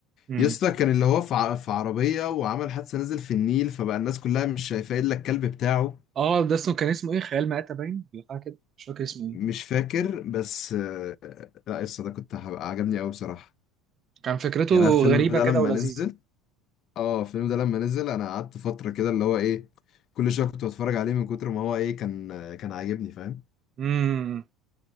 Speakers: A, on the right; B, on the left.
A: امم
B: يسطا كان اللي هو في ع- في عربية وعمل حادثة نزل في النيل فبقى الناس كلها مش شايفة الا الكلب بتاعه
A: اه ده اسمه كان اسمه ايه خيال مآتة باين حاجه كده مش فاكر اسمه ايه
B: مش فاكر بس آه، لا يس ده كنت هبقى عجبني قوي بصراحه
A: كان فكرته
B: يعني أنا الفيلم
A: غريبه
B: ده
A: كده
B: لما
A: ولذيذه
B: نزل اه الفيلم ده لما نزل انا قعدت فتره كده اللي هو ايه كل شويه كنت بتفرج عليه من كتر ما هو ايه كان آه، كان عاجبني فاهم
A: امم